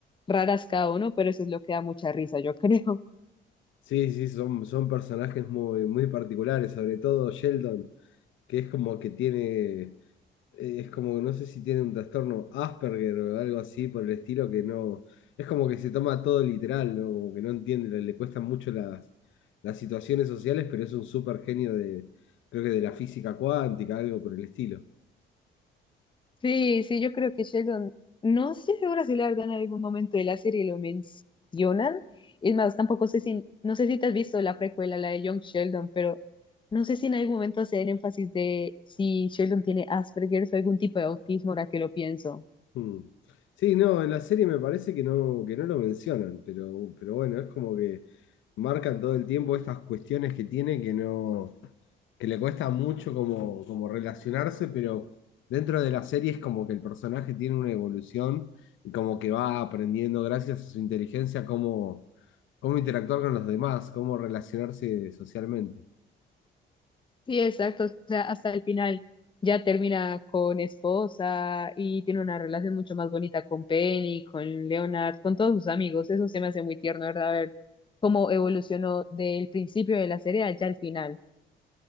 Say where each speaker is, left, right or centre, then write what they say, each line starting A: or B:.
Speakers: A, on the left (about 25°); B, on the left (about 75°).
A: raras cada uno, pero eso es lo que da mucha risa, yo <laughs> creo.
B: Sí, sí, son, son personajes muy, muy particulares, sobre todo Sheldon, que es como que tiene, eh, es como, no sé si tiene un trastorno Asperger o algo así por el estilo, que no, es como que se toma todo literal, ¿no? Como que no entiende, le, le cuestan mucho las, las situaciones sociales, pero es un súper genio de, creo que de la física cuántica, algo por el estilo.
A: Sí, sí, yo creo que Sheldon, no estoy segura si la verdad en algún momento de la serie lo mencionan. Es más, tampoco sé si, no sé si te has visto la precuela, la de Young Sheldon, pero no sé si en algún momento hacen énfasis de si Sheldon tiene Asperger o algún tipo de autismo, ahora que lo pienso.
B: Mm. Sí, no, en la serie me parece que no, que no lo mencionan, pero, pero bueno, es como que marcan todo el tiempo estas cuestiones que tiene que no, que le cuesta mucho como, como relacionarse, pero dentro de la serie es como que el personaje tiene una evolución y como que va aprendiendo gracias a su inteligencia cómo, cómo interactuar con los demás, cómo relacionarse socialmente.
A: Sí, exacto. O sea, hasta el final ya termina con esposa y tiene una relación mucho más bonita con Penny, con Leonard, con todos sus amigos. Eso se me hace muy tierno, ¿verdad? Ver cómo evolucionó del principio de la serie allá al final.